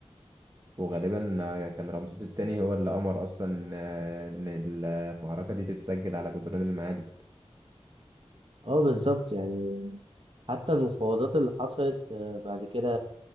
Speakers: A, on the right (about 30°); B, on the right (about 55°).
A: وغالبا كان رمسيس التاني هو اللي أمر أصلا آه، إن المعركة دي تتسجل على جدران المعابد
B: اه بالظبط يعني حتى المفاوضات اللي حصلت آه، بعد كده